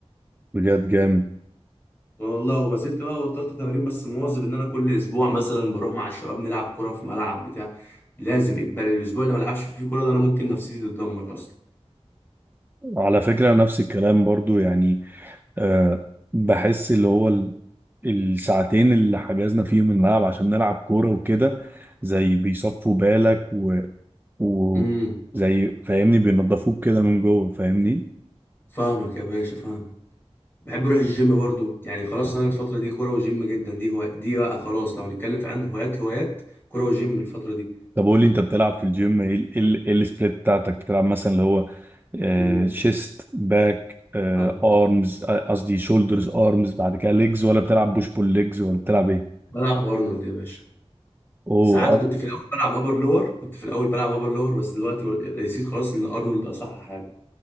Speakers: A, on the right; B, on the left.
A: بجد جامد
B: والله وما زلت بقى بطلت تمارين بس مواظب ان انا كل اسبوع مثلا بروح مع الشباب نلعب كوره في ملعب بتاع لازم اجباري الاسبوع اللي ما العبش فيه كوره ده انا ممكن نفسيتي تتدمر اصلا
A: على فكرة نفس الكلام برضو يعني أه بحس اللي هو ال- الساعتين اللي حجزنا فيهم الملعب عشان نلعب كورة وكده زي بيصفوا بالك و... و...
B: امم
A: زي فاهمني بينضفوك كده من جوه فاهمني
B: فاهمك يا باشا فاهمك بحب اروح الجيم برضو يعني خلاص انا الفتره دي كوره وجيم جدا دي هو دي بقى خلاص لو هنتكلم في عن هوايات هوايات كوره وجيم الفتره دي
A: طب قول لي انت بتلعب في الجيم ايه ال- ايه ال- إيه السبليت بتاعتك بتلعب مثلا اللي هو
B: امم
A: شيست باك
B: فاهم
A: ارمز قصدي شولدرز ارمز بعد كده ليجز ولا بتلعب بوش بول ليجز ولا بتلعب ايه
B: بلعب ارنولد يا باشا
A: اوه
B: ساعات كنت
A: أر-
B: في الاول بلعب ابر لور كنت في الاول بلعب ابر لور بس دلوقتي نسيت خلاص ان ارنولد اصح حاجه